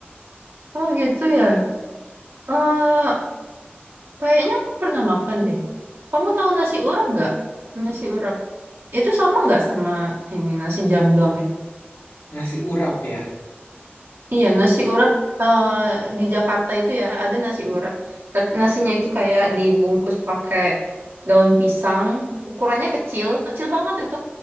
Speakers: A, on the right; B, on the left.
A: Oh gitu ya. Eh, kayaknya aku pernah makan deh. Kamu tahu nasi urap nggak? Nasi urap. Itu sama nggak sama ini nasi jamblang ya?
B: Nasi urap ya.
A: Iya, nasi urap eh, di Jakarta itu ya ada nasi urap. Tapi nasinya itu kayak dibungkus pakai daun pisang. Ukurannya kecil, kecil banget itu.